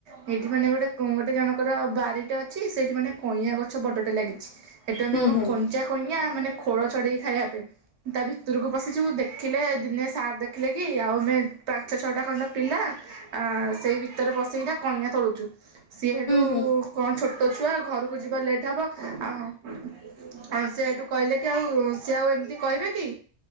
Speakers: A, on the right; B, on the left.
A: ସେଇଠି ମାନେ ଗୋଟେ ଗୋଟେ ଜଣଙ୍କର ବାରିଟେ ଅଛି ସେଇଠି ମାନେ କଇଁୟା ଗଛ ବଡ ଟେ ଲାଗିଛି। ସେଇଠୁ ଆମେ
B: ହୁଁ ହୁଁ
A: କଣ
B: ହୁଁ
A: କଞ୍ଚା କଇଁୟା ମାନେ ଖୋଳ ଛଡ଼େଇକି ଖାଇବା ପାଇଁ ତା ଭିତରକୁ ପଶିଯିବୁ ଦେଖିଲେ ଦିନେ ସାର ଦେଖିଲେ କି ଆଉ ଆମେ ପାଞ୍ଚ ଛଅଟା ଖଣ୍ଡ ପିଲା ଆ ସେଇ ଭିତରେ ପଶିକିନା କଇଁୟା ତୋଳୁଛୁ। ସିଏ ହେଠୁ
B: ହୁଁ
A: କଣ ଛୋଟ ଟ ଛୁଆ ଘରକୁ ଯିବା ଲେଟ୍ ହବ। ଆଉ ଆ ସେ ସେଠୁ କହିଲେ କି ଆଉ ସିଏ ଆଉ ଏମିତି କହିବେ କି